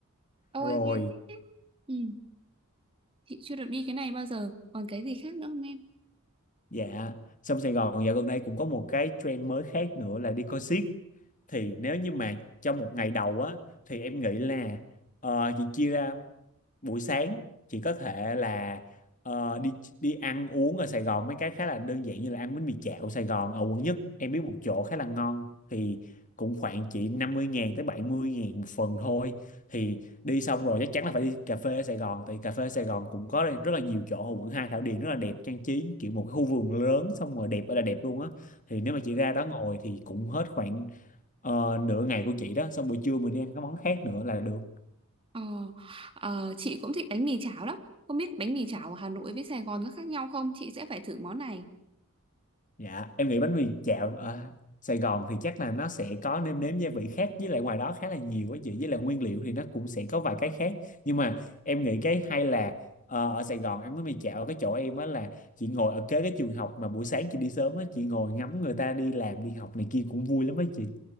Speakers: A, on the right (about 25°); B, on the left (about 40°).
A: Ôi
B: rồi
A: nghe thích thế. Ừ, chị chưa được đi cái này bao giờ. Còn cái gì khác nữa không em?
B: dạ xong Sài Gòn dạo gần đây cũng có một cái trend mới khác nữa là đi coi xiếc thì nếu như mà trong một ngày đầu á thì em nghĩ là ờ, chị chia ra buổi sáng chị có thể là ờ, đi đi ăn uống ở Sài Gòn mấy cái khá là đơn giản như là ăn bánh mì chảo Sài Gòn ở quận nhất em biết một chỗ khá là ngon thì cũng khoảng chỉ năm mươi ngàn tới bảy mươi ngàn một phần thôi thì đi xong rồi chắc chắn là phải đi cà phê ở Sài Gòn tại cà phê ở Sài Gòn cũng có rất là nhiều chỗ ở quận Hai Thảo Điền rất là đẹp trang trí kiểu một cái khu vườn lớn xong rồi đẹp ở là đẹp luôn á thì nếu mà chị ra đó ngồi thì cũng hết khoảng ờ, nửa ngày của chị đó xong buổi trưa mình đi ăn cái món khác nữa là được
A: Ờ, ờ, chị cũng thích bánh mì chảo lắm. Không biết bánh mì chảo ở Hà Nội với Sài Gòn có khác nhau không? Chị sẽ phải thử món này.
B: Dạ, em nghĩ bánh mì chảo ở Sài Gòn thì chắc là nó sẽ có nêm nếm gia vị khác với lại ngoài đó khá là nhiều á chị với lại nguyên liệu thì nó cũng sẽ có vài cái khác nhưng mà em nghĩ cái hay là ờ, ở Sài Gòn ăn bánh mì chảo ở cái chỗ em á là chị ngồi ở kế cái trường học mà buổi sáng chị đi sớm á chị ngồi ngắm người ta đi làm đi học này kia cũng vui lắm á chị